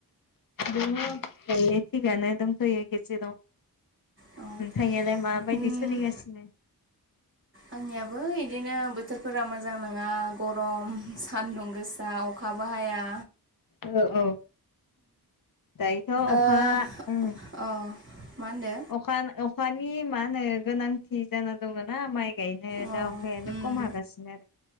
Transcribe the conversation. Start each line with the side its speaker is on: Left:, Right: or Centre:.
Left: दोंङो दायो थिक आंनो दंथ'यो गेजेराव। नोंथां
Right: अ
Left: नियालाय माबायदि
Right: उम
Left: सोलिगासिनो?
Right: आंनियाबो इदिनो बोथोरफोरा मोजां नङा गरम। सान्दुं गोसा अखा बो हाया
Left: औ औ दायोथ' अखा
Right: ओ
Left: ओम
Right: अ मा होनदो
Left: अखा अखानि मा होनो गोनांथि जाना दङ ना माइ गायनो
Right: अ
Left: दा अखायानो
Right: उम
Left: खम हागासिनो।